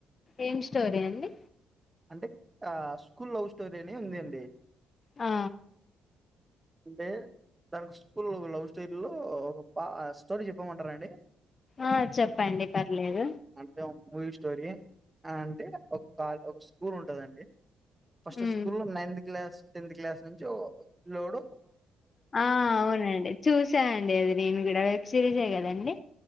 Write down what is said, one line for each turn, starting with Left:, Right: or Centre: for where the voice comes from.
Left: ఏం స్టోరీ అండి
Right: అంటే ఆ స్కూల్ లవ్ స్టోరీ అని ఉంది అండి.
Left: ఆ
Right: అంటే దానికి స్కూల్ లవ్ స్టోరీ లో ఒక పా స్టోరీ చెప్పమంటారాండి.
Left: ఆ చెప్పండి పర్లేదు
Right: అంటే ఒక మూవీ స్టోరి ఆ ఆ అంటే ఒక కాల్ ఒక స్కూ ఊరు ఉంటదండి ఫస్ట్
Left: ఉమ్
Right: స్కూల్ లో నైన్త్ క్లాస్ టెన్త్ క్లాస్ నుంచి లోడో
Left: ఆ అవునండి చూసానండి ఇది నేను కూడా సిరీజేయ కదండి.